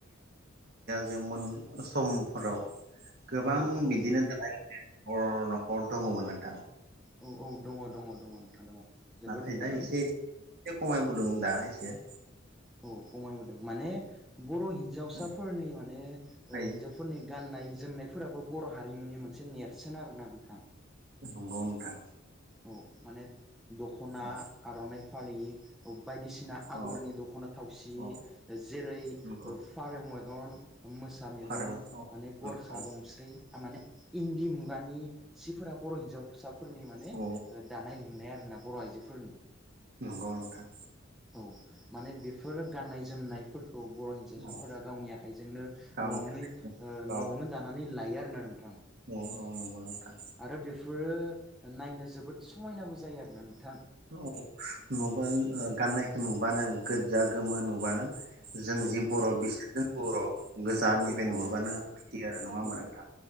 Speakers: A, on the right; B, in the centre.
A: जौमोन समफोराव गोबां
B: औ औ
A: बिदिनो <unintelligible> नखर नखर दङमोन नोंथां।
B: औ, औ दङ, दङ, दङ नोंथां दङ। जोबोद
A: नाथाय
B: नुबोदों
A: दा एसे एसे खमायबोदों दा एसे
B: औ खमायबोदों माने बर हिन्जावसाफोरनि
A: औ
B: माने ओ
A: आइ
B: हिन्जावफोरनि गाननाय जोमनायफोराबो बर' हारिमुनि मोनसे नेरसोन आरोना नोंथां।
A: नंगौ नोंथां।
B: औ माने दखना,
A: औ
B: आरनाइ फालि बायदिसिना आगरनि
A: औ
B: दखना थावसि
A: औ
B: जेरै
A: नंगौ
B: फारौ दन मोसा मेगन
A: थारैनो औ
B: माने गरखा
A: औ
B: गंस्रि आर माने इन्दि, मुगानि सिफोरा बर'हिन्जावसा फोरनि माने
A: औ
B: ओ दानाय नुनाय आरो ना बर' आइजोफोरनि
A: नंगौ नोंथां।
B: औ माने बेफोर गाननाय जोमनायफोर बर' हिन्जावसाफोरा
A: अ
B: गावनि आखाइजोंनो
A: गावनि
B: न'आवनो ओ
A: गाव
B: न'आवनो दानानै ला हायो आरो ना नोंथां।
A: औ, औ नंगौ। नोंथां
B: आरो बेफोरो नायनो जोबोद समायनाबो जायो आरोना नों
A: ओ नुबा गाननाय नुबानो गोज्जा गोमो नुबानो जों
B: औ
A: जि बर' बि जों बर' गोजाननिफ्राय
B: औ
A: नुहरबानो
B: औ
A: मोथियो आरो नङा होमबा
B: औ
A: नोंथां।